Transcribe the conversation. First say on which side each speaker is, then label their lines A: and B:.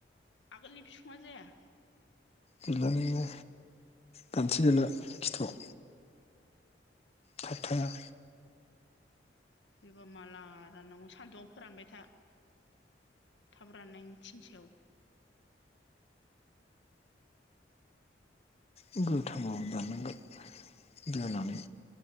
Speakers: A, on the left; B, on the left.
A: आगोलनि फिफाङा जाया।
B: गैला नो दानस्रि गैला खिथुआव खाथाया
A: बेबा माला राननांगौ सान्दुआव फोरानबाय था थाब राननायनि थिं सायाव।
B: गो गोथाङाव दानांगोन। दोनालै।